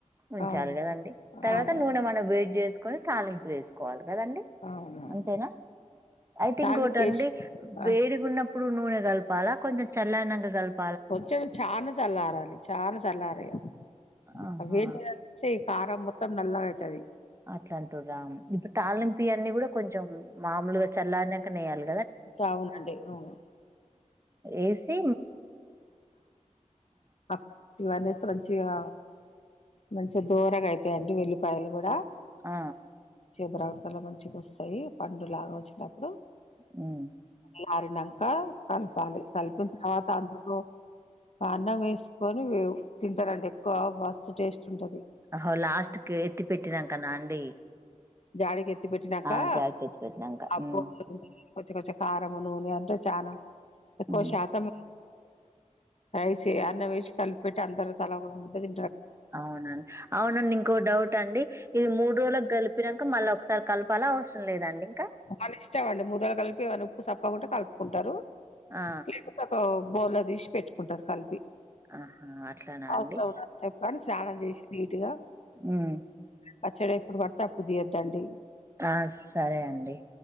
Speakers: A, on the right; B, on the left.
A: ఉంచాలి
B: అవును
A: కదండి తర్వాత
B: అవునండి
A: నూనె మనం వేడి జేస్ కుని తాలింపులేస్ కోవాలి కదండి
B: అవునవును
A: అంతేనా తే
B: తాలింపేసి
A: ఇంకోటండి వేడిగున్నప్పుడు
B: ఆ
A: నూనె కలపాలా కొంచెం చల్లైనకా కలప్
B: కొంచెం చానా స్ చల్లారాలి చానా చల్లారేయాలి
A: ఆహా
B: అహేంట సీ కారం మొత్తం నల్లగైతది
A: అట్లా అంటూ రా ఇప్పుడు తాలింపు ఈ అన్ని కూడా కొంచెం మాములుగా చల్లారినకనే ఎయ్యాలి
B: చావుల కంటే అవునా
A: ఏసీ
B: అప్ వాలేస్ మంచిగా మంచిగా దోరగా అయితాయండి వెల్లిపాయలు కూడా
A: ఆ
B: చేమ్ బ్రౌన్ కలర్ మంచిగా వస్తాయి పండు లాగా వచ్చినప్పుడు
A: మ్మ్
B: ఆరినంకా కలపాలి కలిపిన తర్వాత అందులో పాన్ లో వేస్ సుకొని వే తింటారండి ఎక్కువ మస్త్ టేస్ట్ ఉంటది
A: అహో లాస్ట్కి ఎత్తి పెట్టినాక నా అండి
B: గాలికి ఎత్తి పెట్నాకా
A: ఆ జాడికి ఎత్తి పెట్టినంక
B: అప్
A: ఉమ్
B: కొంచెం కొంచెం కారం, నూనె అంటే చానా ఎక్కువ
A: ఉమ్
B: శాతం కలిసి అన్నం వేసి కలిపిపెట్టీ అందరూ తలా ఓ ముట్టది
A: అవునండి అవునండి ఇంకో డౌట్ అండి ఇది మూడో రోజు కలిపిన మళ్ళీ ఒకసారి కలపాల అవసరం లేదండి ఇంకా
B: మనిష్టం అండి ముద్దలు కలిపి ఎమన్నా ఉప్పు సప్పు ప్పకుంటే కలుపుకుంటారు
A: ఆ
B: క క క బౌల్లోదీసి పెట్టుకుంటారు కలిపి
A: ఆహా అట్లానా
B: అవసరం
A: అండి
B: ఉన్నప్పుడు చెప్పండి స్నానం చేసి నీటిగా
A: హ్మ్
B: పచ్చడి ఎప్పుడు పడతే అప్పుడు తీయొద్దండి
A: ఆ సరే అండి